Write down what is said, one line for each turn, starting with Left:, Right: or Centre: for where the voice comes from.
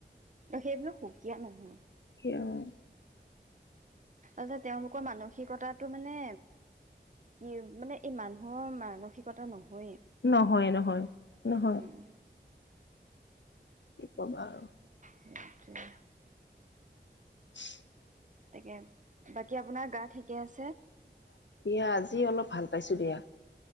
Right: ত সেইবোৰো সুকীয়া মানুহ।
Left: সেইয়া অ'
Right: আচলতে তেওঁলোকৰ মানসিকতাত তু মানে কি মানে এই মানুহৰ মানসিকতা নহয় হয়,
Left: নহয়, নহয়, নহয়।
Right: উম।
Left: কি ক'বা আৰু!
Right: সেইটোৱে।
Left: <unintelligible>
Right: তাকে বাকী আপোনাৰ গা ঠিকে আছে?
Left: দিয়া আজি অলপ ভাল পাইছো দিয়া,